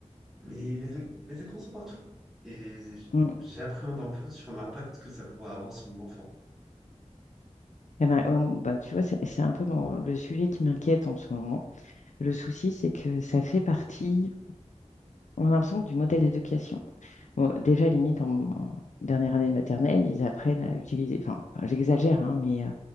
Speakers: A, in the centre; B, on the left.
A: Mais les, les écrans sont partout. Et j-
B: Mm.
A: j'appréhende un peu sur l'impact que ça pourrait avoir sur mon enfant.
B: Eh ben, ouais, bah, tu vois, c'est c'est un peu mon- le sujet qui m'inquiète en ce moment. Le souci, c'est que ça fait partie, on a l'impression, du modèle d'éducation. Bon, déjà, limite, en, en dernière année de maternelle, ils apprennent à utiliser, enfin, enfin, j'exagère, hein, mais euh,